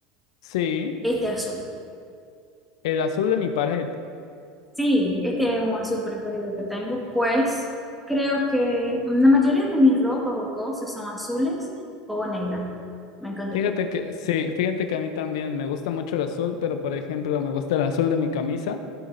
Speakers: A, on the left (about 80°); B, in the centre.
A: sí,
B: Este azul.
A: el azul de mi pared.
B: Sí, este es un azul preferido que tengo, pues creo que la mayoría de mis ropas o cosas son azules o negras. Me encanta
A: Fíjate
B: el color.
A: que, sí, fíjate que a mí también me gusta mucho el azul, pero por ejemplo, me gusta el azul de mi camisa,